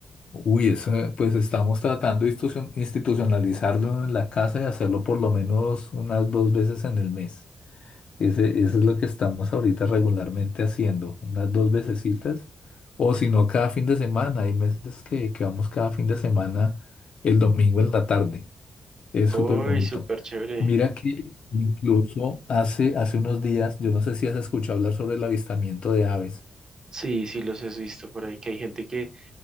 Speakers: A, on the left (about 55°); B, on the right (about 35°).
A: Uy, eso, eh, pues estamos tratando de institucion- institucionalizarlo en la casa y hacerlo por lo menos unas dos veces en el mes. Ese, eso es lo que estamos ahorita regularmente haciendo, unas dos vecesitas, o si no, cada fin de semana. Hay meses que, que vamos cada fin de semana el domingo en la tarde. Es
B: Uy,
A: súper bonito.
B: súper chévere.
A: Mira que incluso hace, hace unos días, yo no sé si has escuchado hablar sobre el avistamiento de aves.
B: Sí, sí los has visto por ahí, que hay gente que